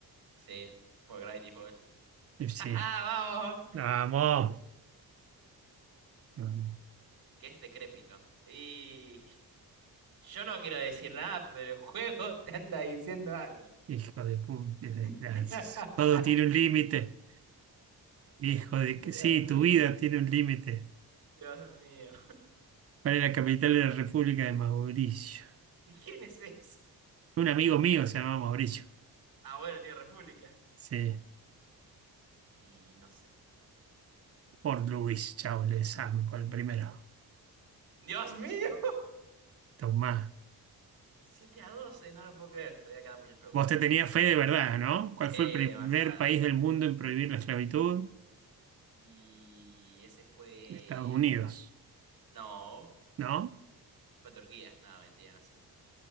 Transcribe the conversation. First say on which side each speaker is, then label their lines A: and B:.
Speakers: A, on the right; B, on the right.
A: Sí, por Gravity Falls. <laughs>
B: eh,
A: ¡Ja,
B: sí.
A: ja! ¡Vamos!
B: Vamos. Mm,
A: Que es decrépito. Y yo no quiero decir nada, pero el juego <laughs> te anda diciendo algo.
B: Hijo de pu- de esperanzas.
A: <laughs>
B: Todo tiene un límite. Hijo de que
A: Dios
B: sí,
A: mío,
B: tu vida tiene un límite.
A: Dios mío.
B: ¿Cuál es la capital de la República de Mauricio?
A: ¿Y quién es ese?
B: Un amigo mío se llama Mauricio.
A: Ah, bueno, tiene República.
B: Sí,
A: Y no sé.
B: por Luis Charles Sampo, el primero.
A: ¡Dios mío!
B: Tomás.
A: siete a doce no lo puedo creer. Todavía quedan muchas preguntas.
B: Vos te tenías fe de verdad, ¿no?
A: Sí,
B: ¿Cuál fue
A: demasiada.
B: el primer país del mundo en prohibir la esclavitud?
A: Y ese fue...
B: Estados Unidos,
A: No,
B: ¿no?
A: fue Turquía. No, mentira, no sé.